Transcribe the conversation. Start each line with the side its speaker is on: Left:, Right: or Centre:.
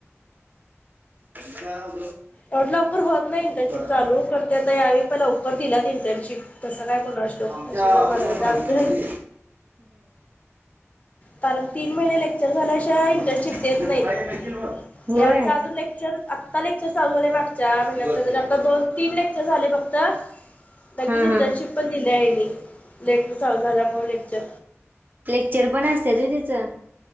Right: हा
Left: एवटं लवकर होत नाही इंटर्नशिप
Right: राहणार.
Left: चालू करते आ यावेळी प लवकर दिलात इंटर्नशिप कसं काय कोणाष्टोक
Right: आमच्या
Left: नशिबच
Right: ऑफिसवर
Left: बनायचं
Right: पण
Left: आमचं
Right: आली थोडी.
Left: कारण तीन महिने लेक्चर झाल्याशावा इंटर्नशिप देत
Right: उद्या
Left: नाही
Right: सकाळी मिळतील मग होय
Left: आमचा अजून लेक्चर आत्ता लेक्चर चाल झाले मागच्या महिन्या
Right: बरं ठीक आहे
Left: आता
Right: चालेल.
Left: दो तीन लेक्चर अच् झाले फक्त लगेच
Right: हा
Left: इंटर्नशिप
Right: हा
Left: पण दिली आहे लेट चालू झाल्यामुळे लेक्चर
Right: लेक्चर पण असत त तिचं